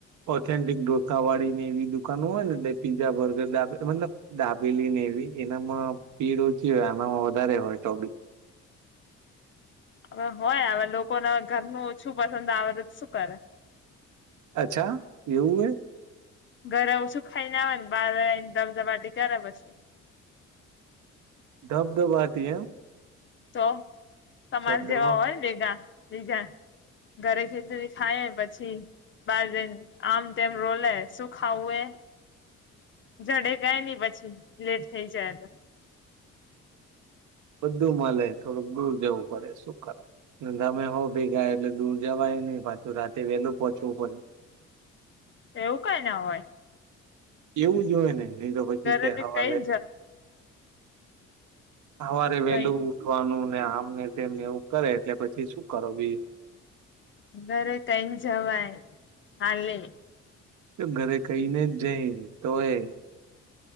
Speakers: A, on the right (about 75°); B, on the left (about 40°).
A: ઓથેન્ટિક ઢોસાવાળી ને એવી દુકાનો હોય ને પીઝા બર્ગરા મતલબ દાબ દાબેલી ને. એનામાં પીડ ઓછી હોય આનામાં વધારે હોય તો બી.
B: હવે હોય હવે લોકોને ઘરનું ઓછું પસંદ આવે તો શું કરે.
A: અચ્છા એવું હ.
B: ઘરે ઓછુ ખાઈને આવે ને બાર એને દબદબાટી કરે પછી.
A: ધબ ધબ આતી એમ.
B: તો તમારે
A: શબ્દમાં
B: જેવા હોયને ભેગા બીજા ઘરે ખેચડી ખાય પછી. બાર જઇન આમ તેમ રોલે શું ખાવું એ. જડે જાય નહી, પછી લેટ થઈ જાય તો
A: બધું મળે. થોડુંક દૂર જવું પડે શું કર? તમે હો ભેગાય એટલે દૂર જવાય નઈ પાછું રાતે વેહેલું પહોચવું પડે
B: એવું કઈ ના હોય.
A: એવું જ હોય, ને નહી તો પછી
B: ઘરે
A: કે
B: તો
A: હવારે
B: કઈ જ
A: હવારે વેલું
B: કઈ
A: ઉઠવાનું અને આમ ને તેમ એવું કરે એટલે પછી શું કરો બીજું
B: ઘરે કહીને જવાય. હાલે!
A: તો, ઘરે કહીને જ જઈ. તો એ